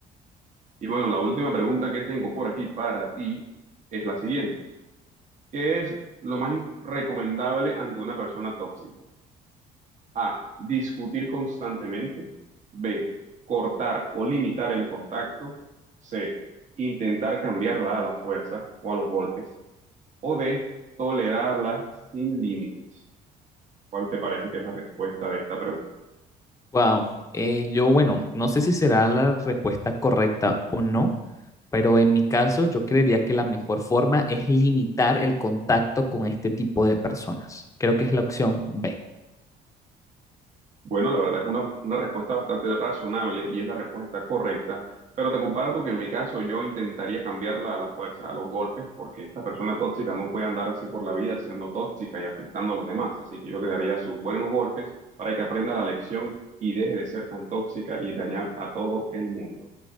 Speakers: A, on the right (about 45°); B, on the left (about 20°).
A: Y bueno, la última pregunta que tengo por aquí para ti es la siguiente. ¿Qué es lo más recomendable ante una persona tóxica? A, discutir constantemente. B, cortar o limitar el contacto. C, intentar cambiarla a la fuerza o a los golpes. O D, tolerarla sin límites. ¿Cuál te parece que es la respuesta de esta pregunta?
B: Wow, yo bueno, no sé si será la respuesta correcta o no, pero en mi caso yo creería que la mejor forma es limitar el contacto con este tipo de personas. Creo que es la opción B.
A: Bueno, la verdad es una, una respuesta bastante razonable y es la respuesta correcta, pero te comparto que en mi caso yo intentaría cambiarla a la fuerza, a los golpes, porque esta persona tóxica no puede andar así por la vida siendo tóxica y afectando a los demás, así que yo le daría sus buenos golpes para que aprenda la lección y deje de ser tan tóxica y dañar a todo el mundo.